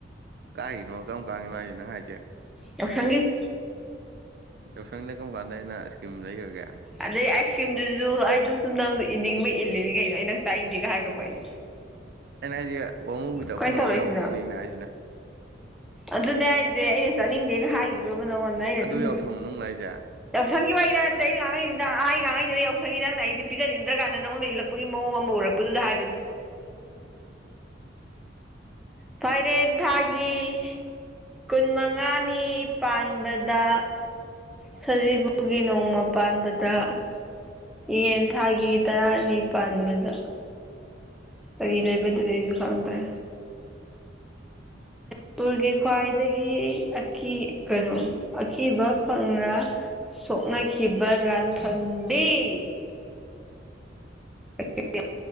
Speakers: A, on the right; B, in the centre.
A: ꯀꯥꯏꯒꯤꯅꯣ ꯆꯔꯝ ꯀꯥꯟꯒꯤꯅꯣ ꯍꯥꯏꯁꯦ ꯅꯪ ꯍꯥꯏꯁꯦ
B: ꯌꯥꯎꯁꯪꯒꯤ
A: ꯌꯥꯎꯁꯪꯗ ꯀꯔꯝ ꯀꯥꯟꯗ ꯑꯩꯅ ꯏꯁꯀꯤꯝ ꯂꯩꯈ꯭ꯔꯒꯦ
B: ꯑꯗꯩ ꯑꯥꯏꯁ ꯀ꯭ꯔꯤꯝꯗꯨꯁꯨ ꯑꯩꯗ ꯁꯨꯝ ꯅꯪ ꯏꯅꯤꯡꯕ ꯏꯜꯂꯤꯅꯤ ꯀꯩꯅꯣ ꯑꯩ ꯅꯪ ꯆꯥꯏ ꯏꯅꯤꯡꯗꯦꯒ ꯍꯥꯏꯈ꯭ꯔꯕꯣ ꯑꯩ
A: ꯑꯩꯅ ꯑꯩꯁꯦ ꯋꯥꯃꯨ ꯋꯤꯗ
B: ꯀꯃꯥꯏꯅ
A: ꯈꯨꯃꯥꯎ
B: ꯇꯧꯔꯛꯏꯁꯤꯅꯣ
A: ꯌꯥꯎꯗꯨꯅꯤꯅ ꯍꯥꯏꯁꯤꯅ
B: ꯑꯗꯨꯅꯦ ꯑꯩꯁꯦ ꯑꯩꯅ ꯆꯠꯅꯤꯡꯗꯦꯒ ꯍꯥꯏꯈꯤꯕ꯭ꯔꯕ ꯅꯉꯣꯟꯗ ꯑꯩꯅ
A: ꯑꯗꯨ
B: ꯑꯗꯨꯝ
A: ꯌꯥꯎꯁꯪ ꯃꯅꯨꯡꯂꯣ ꯍꯥꯏꯁꯦ
B: ꯌꯥꯎꯁꯪꯒꯤ ꯑꯣꯏꯅ ꯆꯍꯤ ꯉꯉꯥꯡꯉꯩꯗꯨꯅ ꯑꯍꯩ ꯉꯥꯡꯉꯩꯗꯨꯅ ꯌꯥꯎꯁꯪꯒꯤ ꯅꯪꯅ ꯑꯩꯗꯤ ꯄꯤꯅꯤꯡꯗ꯭ꯔ ꯀꯥꯟꯗ ꯅꯪꯉꯗ ꯏꯜꯂꯛꯄꯒꯤ ꯃꯑꯣꯡ ꯑꯃ ꯎꯔꯛꯄ ꯄꯨꯗꯨꯗ ꯍꯥꯏꯕꯅꯤ ꯐꯥꯏꯔꯦꯟ ꯊꯥꯒꯤ ꯀꯨꯟ ꯃꯉꯥꯅꯤ ꯄꯥꯟꯕꯗ ꯁꯖꯤꯕꯨꯒꯤ ꯅꯣꯡꯃ ꯄꯥꯟꯕꯗ ꯌꯦꯟ ꯊꯥꯒꯤ ꯇꯔꯥꯅꯤ ꯄꯥꯟꯕꯗ ꯀꯔꯤ ꯂꯩꯕꯗꯨꯗꯩꯁꯨ ꯈꯪꯗ꯭ꯔꯦ ꯃꯅꯤꯄꯨꯔꯒꯤ ꯈ꯭ꯋꯥꯏꯗꯒꯤ ꯑꯀꯤ ꯀꯩꯅꯣ ꯑꯀꯤꯕ ꯐꯪꯅ ꯁꯣꯛꯅꯈꯤꯕ ꯂꯥꯟꯐꯝꯗꯤ ꯑ <unintelligible>